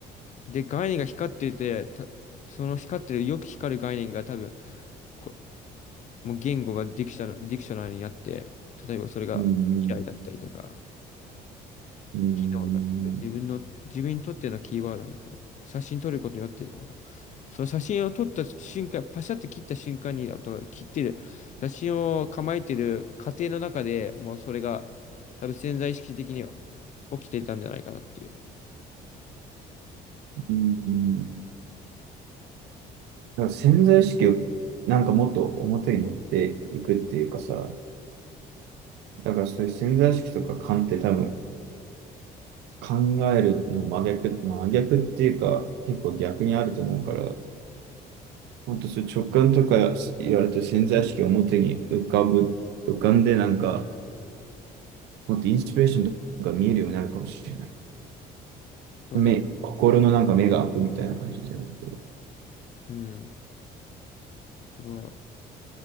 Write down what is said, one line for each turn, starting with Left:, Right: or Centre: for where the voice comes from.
Left: で、概念が光ってて、た、その光ってる、よく光る概念が多分、こ、もう言語がディクショナ、ディクショナリになって、例えばそれが未来だったりとか、
Right: うん。うん。
Left: 機能だってて、自分の、自分にとってのキーワードみたいな。写真撮ることによって、その写真を撮った瞬間、パシャッと切った瞬間に、あとは切ってる、写真を構えてる過程の中でもうそれが多分潜在意識的には起きていたんじゃないかなっていう。
Right: うん。なんか潜在意識をなんかもっと表に持っていくっていうかさ、だからそういう潜在意識とか勘って多分考えるの真逆、真逆っていうか結構逆にあると思うから、ほんとそういう直感とか言われて潜在意識を表に浮かぶ、浮かんでなんかもっとインスピレーションとか見えるようになるかもしれない。
Left: そうだよ。
Right: 目、心のなんか目が開くみたいな感じじゃないけど。
Left: うん。それは、